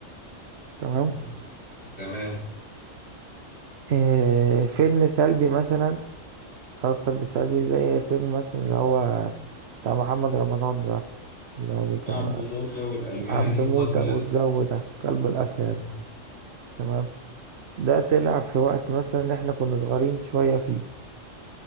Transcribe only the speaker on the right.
تمام
اه فيلم سلبي مثلا اثر بالسلبي زي فيلم مثلا اللي هو بتاع محمد رمضان ده اللي هو كان
عبد موتة
والجو ده كلب الاسد
تمام ده طلع في وقت مثلا احنا كنا صغيرين شويه فيه